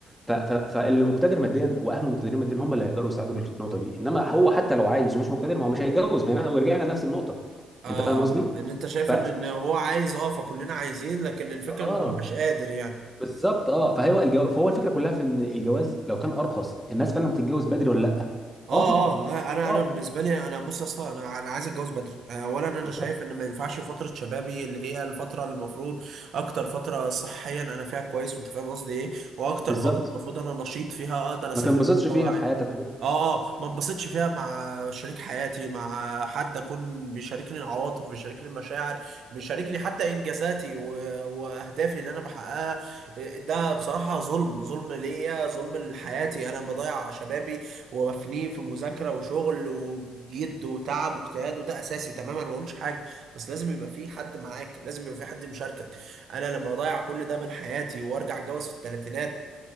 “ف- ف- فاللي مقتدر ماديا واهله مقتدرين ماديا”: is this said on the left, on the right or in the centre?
Centre